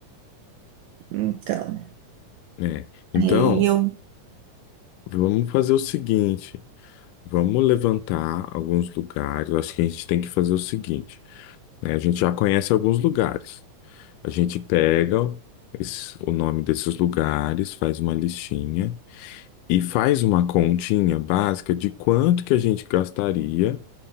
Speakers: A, on the right; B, on the left.
A: Então,
B: É. Então,
A: aí eu.
B: Vamos fazer o seguinte, vamos levantar alguns lugares. Eu Acho que a gente tem que fazer o seguinte, né? A gente já conhece alguns lugares. A gente pega esse- o nome desses lugares, faz uma listinha e faz uma continha básica de quanto que a gente gastaria